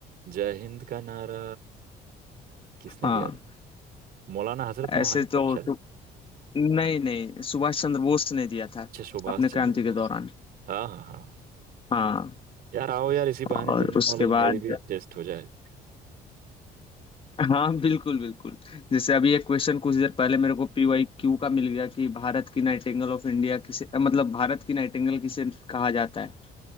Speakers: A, on the right (about 65°); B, on the left (about 30°).
A: जय हिंद का नारा किसने
B: हाँ
A: दिया था मौलाना हजरत मोहानी
B: ऐसे तो
A: का शायद
B: तो- नहीं नहीं सुभाष चंद्र बोस ने दिया था
A: अच्छा सुभाष
B: अपने
A: चंद्र
B: क्रांति के
A: बोस
B: दौरान
A: हाँ हाँ हाँ
B: हाँ
A: यार आओ यार इसी बहाने
B: और
A: जनरल
B: उसके
A: नॉलेज
B: बाद
A: मेरी भी टेस्ट हो जाए
B: हाँ बिल्कुल बिल्कुल जैसे अभी एक क्वेश्चन कुछ देर पहले मेरे को पीवाई क्यू का मिल गया कि भारत की नाइटिंगेल ऑफ इंडिया किसे मतलब भारत की नाइटिंगेल किसे कहा जाता है